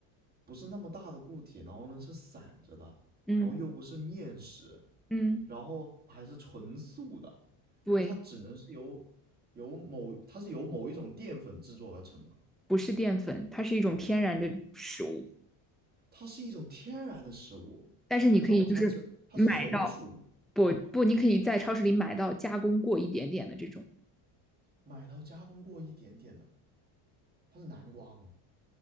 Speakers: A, on the right; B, in the centre.
A: 不是那么大的固体，然后呢是散着的，
B: 嗯
A: 然后又不是面食，
B: 嗯，
A: 然后还是纯素的，
B: 对，
A: 那它只能是由由某它是由某一种淀粉制作而成嘛？
B: 不是淀粉，它是一种天然的食物。
A: 它是一种天然的食物，
B: 但是你可以就是买到，
A: 早餐吃它是红薯嘛？
B: 不不，你可以在超市里买到加工过一点点的这种，
A: 买到加工过一点点的，它是南瓜吗？